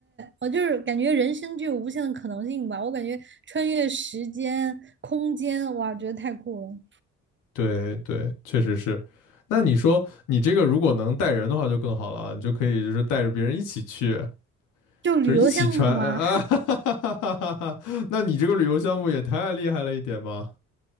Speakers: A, on the right; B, on the left.
A: 我就是感觉人生具有无限的可能性吧。我感觉穿越时间、空间，哇，觉得太酷了。
B: 对对，确实是。那你说你这个如果能带人的话就更好了啊，你就可以就是带着别人一起去，
A: 就旅游项目嘛，
B: 就是一起穿啊，<laughs> 哈哈哈哈哈哈。那你这个旅游项目也太厉害了一点吧？